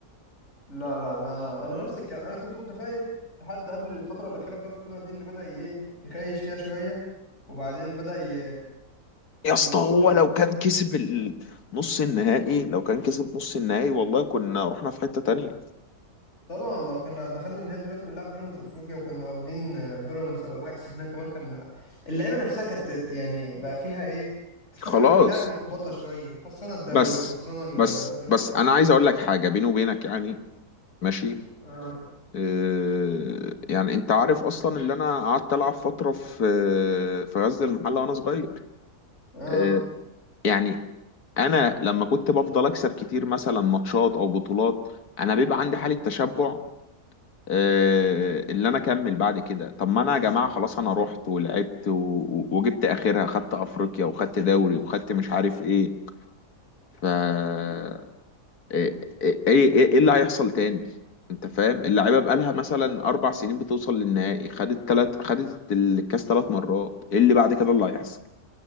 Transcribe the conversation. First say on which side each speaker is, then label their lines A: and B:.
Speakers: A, on the left; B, on the left.
A: لا لا انا انا نفس الكلام انا كنت متفائل لحد قبل الفتره الاخيره بتاعت كولر دي اللي بدا ي- ايه يخيش فيها شويه وبعدين بدا ي... في
B: يا اسطى
A: الماتشات
B: هو لو كان كسب ال- نص النهائي لو كان كسب نص النهائي والله كنا رحنا في حته تانية
A: طبعا لو كنا دخلنا النهائي دلوقتي بنلعب بيراميدز افريقيا وكنا واخدين آه، بيراميدز او حاجه كسبناها كمان كان اللعيبه نفسها كانت يعني بقى فيها ايه بس انت
B: خلاص
A: خلي بالك اللعبه محبطه شويه خسرانه الدوري
B: بس
A: وخسرانه
B: بس
A: دوري الابطال
B: بس انا عايز اقول لك حاجه بيني وبينك يعني ماشي
A: اه
B: آه، يعني انت عارف اصلا اللي انا قعدت العب فتره في في غزل المحله وانا صغير
A: اه
B: آه، يعني انا لما كنت بفضل اكسب كتير مثلا ماتشات او بطولات انا بيبقى عندي حالة تشبع آه، اللي انا اكمل بعد كده طب ما انا يا جماعة خلاص انا رحت ولعبت و- و- وجبت اخرها خدت افريقيا وخدت دوري وخدت مش عارف ايه ف آه، ايه ايه إيه- إيه اللي هيحصل تاني انت فاهم اللعيبه بقالها مثلا اربع سنين بتوصل للنهائي خدت تلات خدت الكاس ثلاث مرات ايه اللي بعد كده اللي هيحصل